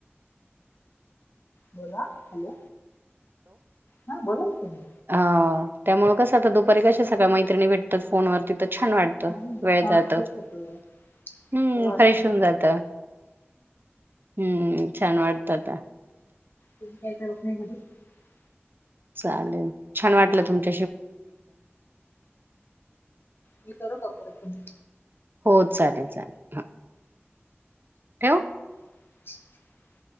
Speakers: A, on the left; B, on the right.
A: बोला हॅलो हा बोला की ताई.
B: हा त्यामुळे कसं आता दुपारी कशा सगळ्या मैत्रिणी भेटतात फोनवर्ती त छान वाटतं
A: हं,
B: वेळ
A: छान
B: जातं
A: फ्रेश होतो जरा.
B: हम्म
A: बरं वाटतं
B: फ्रेश होऊन जात हम्म छान वाटत आता.
A: तम काही करत नाही घध <unintelligible>
B: चालेल छान वाटलं तुमच्या
A: मी करु का फोन
B: हो चालेल चालेल हा. ठेऊ.
A: <inaudible>